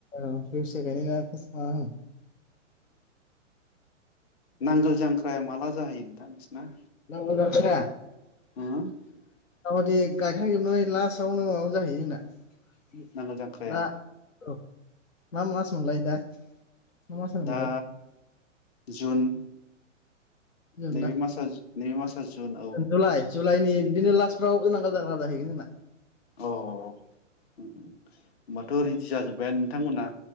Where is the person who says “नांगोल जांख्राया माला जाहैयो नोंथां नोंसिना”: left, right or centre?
Left